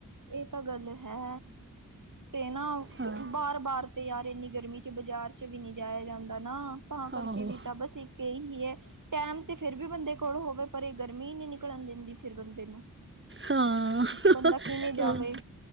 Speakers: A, on the right; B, on the right.
A: ਏ ਤਾਂ ਗੱਲ ਹੈ ਤੇ ਨਾ
B: ਹਾਂ
A: ਵਾਰ ਵਾਰ ਤੇ ਯਾਰ ਇੰਨੀ ਗਰਮੀ। ਬਾਜ਼ਾਰ 'ਚ ਵੀ ਨੀ ਜਾਇਆ ਜਾਂਦਾ ਨਾ ਤਾਂ ਕਰਕੇ
B: ਆਹੋ
A: ਵੀ ਤਾਂ ਬਸ ਇੱਕ ਇਹੀ ਐ। ਟੈਮ ਤੇ ਫਿਰ ਵੀ ਬੰਦੇ ਕੋਲ ਹੋਵੇ ਪਰ ਇਹ ਗਰਮੀ ਨੀ ਨਿਕਲਣ ਦਿੰਦੀ ਫਿਰ ਬੰਦੇ ਨੂੰ।
B: ਹਾਂ।
A: ਬੰਦਾ ਕਿਵੇਂ ਜਾਵੇ,
B: ਆਹ,